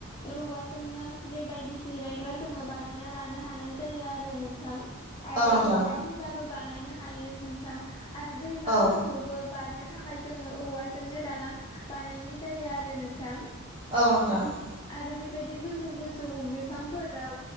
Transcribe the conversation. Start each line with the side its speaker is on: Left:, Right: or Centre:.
Left: औवाजोंनो बेबायदि जिरायग्रा जोङो बानायना लानो हानाय जायो आरो नोंथां। आरो
Right: औ नोंथां
Left: जग्रा मुराबो बानायनो हायो नोंथां। आरो दैमाफोरखौबो
Right: औ
Left: बारनो थाखाय जोङो औवाजोंनो दालां बानायनाय जायो आरो नोंथां।
Right: औ नोंथां।
Left: आरो बेबायदि गोजौ गोजौ बिफांफोराव